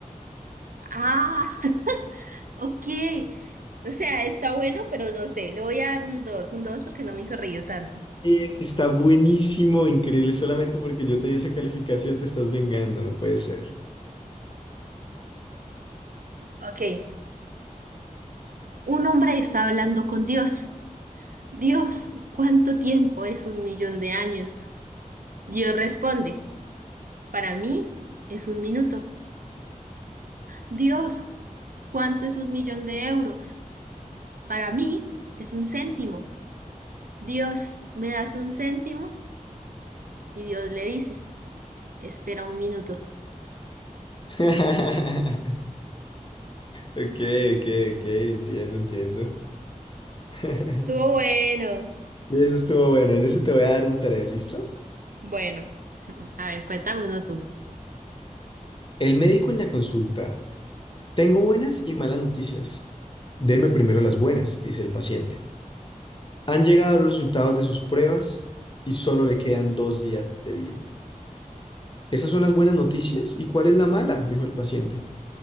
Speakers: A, on the right; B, on the left.
A: Ah, <laughs> ok. O sea, está bueno, pero no sé. Le voy a dar un dos, un 2 porque no me hizo reír tanto.
B: Es, está buenísimo, increíble. Solamente porque yo te di esa calificación te estás vengando, no puede ser.
A: Ok. Un hombre está hablando con Dios. Dios, ¿cuánto tiempo es un millón de años? Dios responde, para mí es un minuto. Dios, ¿cuánto es un millón de euros? Para mí es un céntimo. Dios, ¿me das un céntimo? Y Dios le dice, espera un minuto.
B: <laughs> Ok, ok, ok, entiendo, entiendo. <laughs>
A: Estuvo bueno.
B: Y eso estuvo bueno. En eso te voy a dar un tarea, ¿listo?
A: Bueno, <laughs> a ver, cuéntame uno tú.
B: El médico en la consulta. Tengo buenas y malas noticias. Deme primero las buenas, dice el paciente. Han llegado los resultados de sus pruebas y solo le quedan dos días de vida. Esas son las buenas noticias. ¿Y cuál es la mala? dijo el paciente.